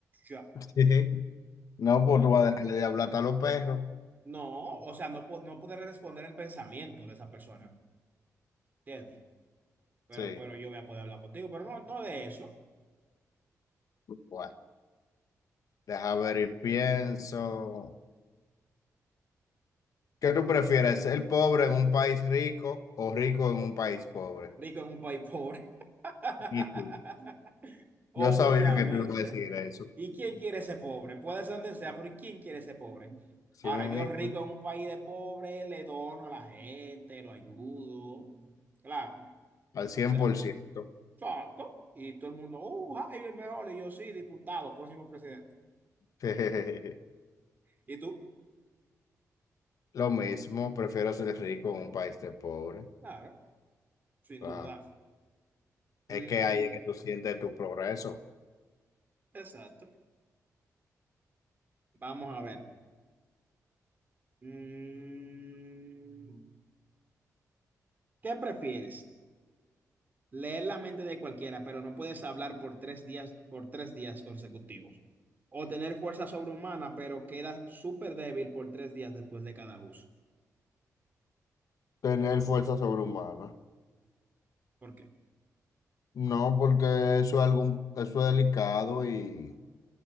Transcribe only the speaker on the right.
Ya,
claro.
No, o sea, no, po- no poder responder el pensamiento de esa persona, ¿entiendes? Pero,
pero yo voy a poder hablar contigo, pero no, no de eso.
Rico en un país pobre. <laughs>
Obviamente.
¿Y quién quiere ser pobre? Puede ser donde sea, pero quién quiere ser pobre?
Ahora,
yo
rico en un país de pobre, le dono a la gente, lo ayudo. Claro. O
sea,
exacto. Y todo el mundo, uh, Jaime el mejor. Y yo, sí, diputado, próximo presidente.
¿Y tú?
Claro, sin
duda. Mm,
exacto. Vamos a ver. Mm, ¿qué prefieres? Leer la mente de cualquiera, pero no puedes hablar por tres días, por tres días consecutivos. O tener fuerza sobrehumana, pero quedas súper débil por tres días después de cada uso.
¿Por qué?